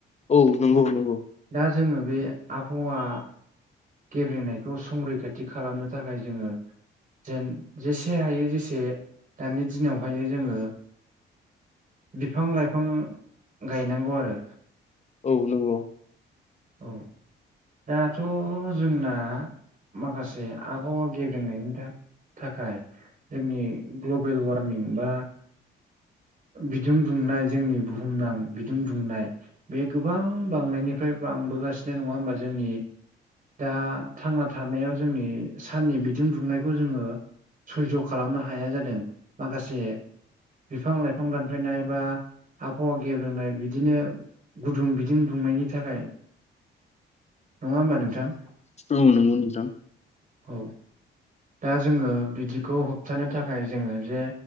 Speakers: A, on the left; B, on the right.
A: औ नंगौ नंगौ।
B: दा जोङो बे आबहावा। गेब्रेंनायखौ संरैखाथि खालामनो थाखाय जोङो। जेन जेसे हायो जेसे दानि दिनावहाय जोङो। बिफां लाइफां गायनांगौ आरो।
A: औ नंगौ।
B: औ। दाथ' जोंना माखासे आबहावा गेब्रेंनायनि थाख थाखाय जोंनि ग्लबेल वार्मिं बा बिदुं दुंनाय जोंनि बुहुमनां बिदुं दुंनाय बे गोबां बांनायनिफ्राय बांबोगासिनो नङा होमबा जोंनि दा थांना थानायाव जोंनि साननि बिदुं दुंनायखौ जोङो सैज खालामनो हाया जादों माखासे बिफां लाइ बिफां दानफायनाय बा आबहावा गेब्रेनाय बिदिनो। गुदुं बिदिं बुंनायनि थाखाय नङा होमबा नोंथां।
A: औ नंगौ नोंथां।
B: औ दा जोङो बिदिखौ होबथानो थाखाय जोङो जे